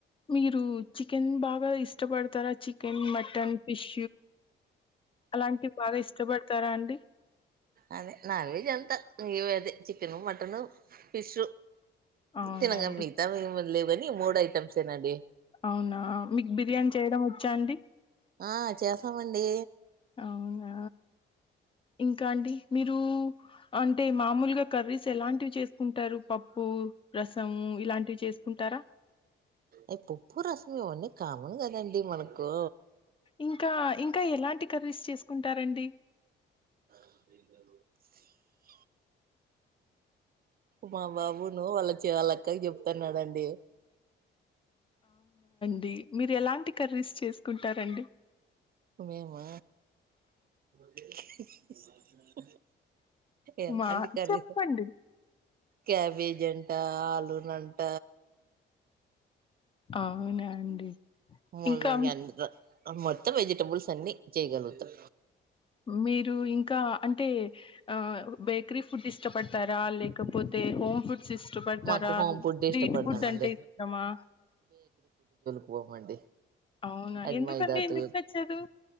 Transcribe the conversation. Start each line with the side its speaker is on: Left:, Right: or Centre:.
Left: మీరు చికెన్ బాగా ఇష్టపడతారా చికెన్ మటన్ ఫిష్ అలాంటివి బాగా ఇష్టపడతారా అండి
Right: అదే నాన్ వెజ్ అంత అదే చికెను మటన్ ఫిష్
Left: అవునా
Right: తినగలను
Left: అండి.
Right: మిగతా ఏవి లేవు కాని మూడు ఐటమ్స్ ఏ నండి
Left: అవునా మీకు బిర్యానీ చేయడం వచ్చా అండి
Right: ఆ చేస్తమండి
Left: అవునా ఇంకా అండి మీరు అంటే మామూలుగా కర్రీస్ ఎలాంటివి చేసుకుంటారు పప్పు రసము ఇలాంటివి చేసుకుంటారా
Right: అవి పప్పు రసం ఇవన్నీ కామన్ కదండి మనకు
Left: ఇంకా ఇంకా ఎలాంటి కర్రీస్ చేసుకుంటారండి
Right: <inaudible> మా బాబును వాళ్ళ చే అక్కకు చెప్తున్నారండి
Left: డి మీరు ఎలాంటి కర్రీస్ చేసుకుంటారు అండి
Right: మేము <inaudible> ఎలాంటి
Left: మా
Right: కర్రీస్
Left: చెప్పండి
Right: క్యాబేజ్ అంట ఆలూ నంట
Left: అవునా అండి
Right: ముల్లంగి
Left: ఇంకా
Right: అంట మొత్తం వెజిటబుల్స్ అన్ని చేయగలుగుతాం
Left: మీరు ఇంకా అంటే ఆ బేకరీ ఫుడ్ ఇష్టపడతారా లేకపోతే హోమ్ ఫుడ్స్ ఇష్టపడతారా
Right: మాకు హోమ్ ఫుడ్
Left: స్ట్రీట్
Right: ఇష్టపడతామండి
Left: ఫుడ్ అంటే ఇష్టమా
Right: పోము అండి
Left: అవునా
Right: అది
Left: ఎందుకండి
Right: మైదా
Left: ఎందుకు
Right: తో
Left: నచ్చదు